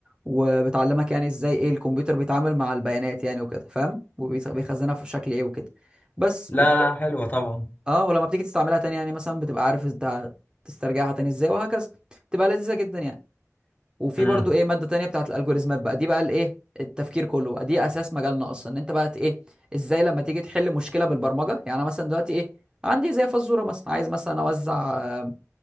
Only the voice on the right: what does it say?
وبتعلمك يعني ازاي ايه الكمبيوتر بيتعامل مع البيانات يعني وكده فاهم وبيخزنها في شكل ايه وكده بس
وبت...
اه ولما بتيجي تستعملها تاني يعني مثلا بتبقى عارف انت تسترجعها تاني ازاي وهكذا بتبقى لذيذه جدا يعني وفي
برضو ايه ماده تانية بتاعت الالجوريزمات بقى دي بقى الايه التفكير كله بقى دي اساس مجالنا اصلا ان انت بقى ت- ايه ازاي لما تيجي تحل مشكله بالبرمجه يعني انا مثلا دلوقتي ايه عندي زي فزوره مثلا عايز مثلا اوزع آه،